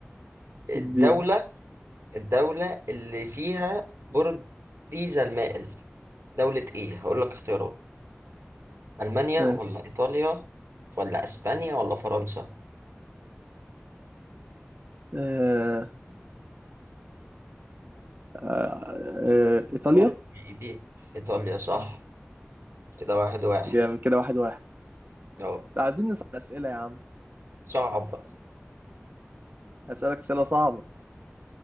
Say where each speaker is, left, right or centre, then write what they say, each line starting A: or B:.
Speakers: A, on the right; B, on the right.
A: الدولة
B: الدين
A: الدولة اللي فيها برج بيزا المائل دولة ايه؟ هقول لك اختيارات ألمانيا
B: ماشي
A: ولا إيطاليا ولا أسبانيا ولا فرنسا
B: آه آه آه إيطاليا
A: برج بي إيطاليا صح كده واحد واحد
B: جامد كده واحد واحد
A: أهو
B: عايزين نسأل أسئلة يا عم
A: صعب بقى
B: أسألك أسئلة صعبة